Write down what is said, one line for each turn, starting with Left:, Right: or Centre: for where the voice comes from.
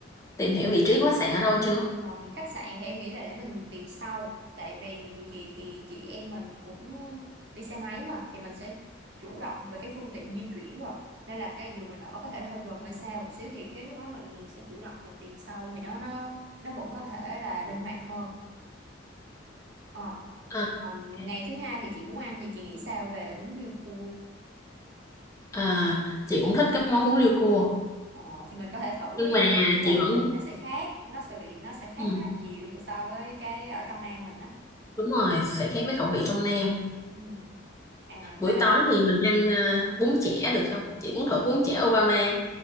Left: tìm hiểu vị trí của khách sạn ở đâu chưa
Right: Ừm, khách sạn thì em nghĩ là để mình tìm sau tại vì dù gì thì chị em mình cũng đi xe máy mà thì mình sẽ chủ động về cái phương tiện di chuyển rồi nên là cái dù mình ở có thể là hơi gần hơi xa một xíu thì cái lúc đó mình mình sẽ chủ động mình tìm sau thì nó nó nó vẫn có thể là linh hoạt hơn Ờ.
Left: Ờ,
Right: Ừm,
Left: ok.
Right: ngày thứ hai thì chị muốn ăn gì chị nghĩ sao về bún riêu cua
Left: ờ, chị cũng thích cái món bún riêu cua
Right: ờ, thì mình có thể thử
Left: nhưng
Right: em
Left: mà
Right: nghĩ là
Left: chị vẫn
Right: cái vị nó sẽ khác nó sẽ vị nó sẽ khác
Left: ừ.
Right: rất là nhiều <laughs> so với cái ở trong Nam mình á
Left: Đúng rồi, sẽ khác với khẩu vị trong Nam.
Right: ừ. à
Left: Buổi
Right: với
Left: tối thì mình ăn ờ, bún chả được không? Chị muốn thử bún chả Obama.